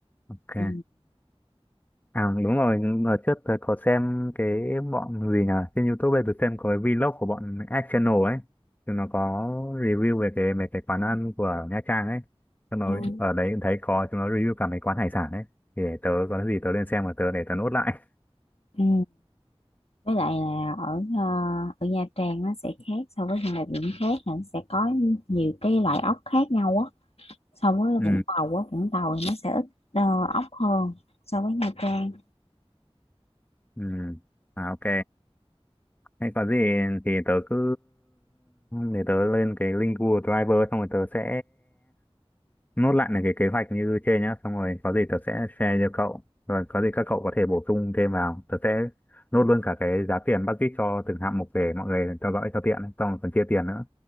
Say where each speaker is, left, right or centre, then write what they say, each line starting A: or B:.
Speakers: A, on the left; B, on the left.
A: Ok.
B: ừ.
A: À đúng rồi, hồi trước tớ có xem cái bọn gì nhỉ? Trên YouTube ấy tớ xem có cái vlog của bọn Ad Channel ấy. Thì nó có review về cái về cái quán ăn của Nha Trang ấy. Xong rồi
B: Ừ.
A: ở đấy cũng thấy có chúng nó review cả mấy quán hải sản ấy. Thì để tớ có gì tớ lên xem và tớ để tớ nốt lại. <laughs>
B: Ừ. với lại là ở ờ, ở Nha Trang nó sẽ khác so với những địa điểm khác là nó sẽ có nhiều cái loại ốc khác nhau á so với
A: Ừ,
B: Vũng Tàu á Vũng Tàu thì nó sẽ ít ờ, ốc hơn so với Nha Trang
A: ừ. À ok. Hay có gì thì tớ cứ để tớ lên cái link Google Driver xong rồi tớ sẽ nốt lại những cái kế hoạch như trên nhá xong rồi có gì tớ sẽ share cho cậu rồi có gì các cậu có thể bổ sung thêm vào tớ sẽ nốt luôn cả cái giá tiền bác Dít cho từng hạng mục để mọi người theo dõi cho tiện ấy. xong rồi còn chia tiền nữa